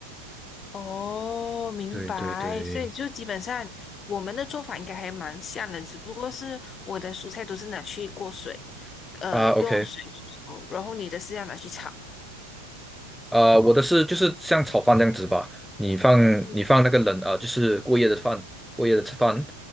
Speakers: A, on the left; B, in the centre.
A: 哦，明白。
B: 对对对，
A: 所以就基本上我们的做法应该还蛮像的，只不过是我的蔬菜都是拿去过水，呃，
B: 啊
A: 用水煮，
B: OK。
A: 然后你的是要拿去炒。
B: 呃，我的是就是像炒饭这样子吧，你放你放那个冷啊，
A: 嗯
B: 呃就是过夜的饭，过夜的吃饭，